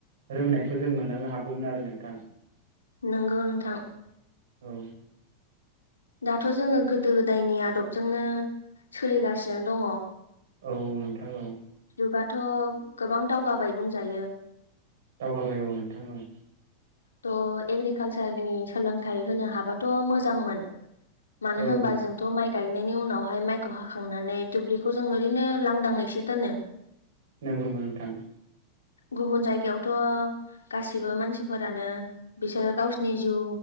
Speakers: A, on the right; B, on the left.
A: रोंनायखौ जों मोनलांनो हागौमोन आरो नोंथां
B: नंगौ नोंथां
A: औ
B: दाथ' जोङो गोदो - गोदायनि आदबजोंनो सोलिगासिनो दङ
A: औ- औ नोंथां औ
B: जुगाथ' गोबां दावगाबाय बुंजायो
A: दावगाबाय औ नोंथां औ
B: थ एग्रिकालसारनि सोलोंथाइ होनो हाबाथ' मोजांमोन मानो
A: औ
B: होनबा जोंथ' माइ गायनायनि उनावहाय माइखौ हाखांनानै दुब्लिखौ जों ओरैनो लांदाङैसो दोनो
A: नंगौबो नोंथां
B: गुबुन जायगायावथ' गासिबो मानसिफोर फोरानो बिसोरो गावसिनि जिउ